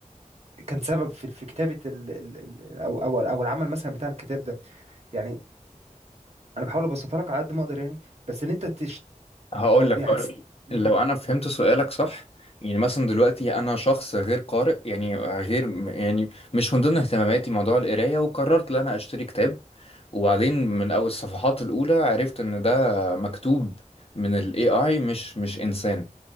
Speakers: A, on the right; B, on the left.
A: كان سبب في في كتابه ال ال ال او او او العمل مثلا بتاع الكتاب ده يعني انا بحاول ابسطها لك على قد ما اقدر يعني بس ان انت تش
B: هقول
A: أو
B: لك
A: يعني
B: هقول
A: تس-
B: لك
A: مم.
B: لو انا فهمت سؤالك صح يعني مثلا دلوقتي انا شخص غير قارئ يعني غير يعني مش من ضمن اهتماماتي موضوع القرايه وقررت ان انا اشتري كتاب وبعدين من اول الصفحات الاولى عرفت ان ده مكتوب من الاي اي مش مش انسان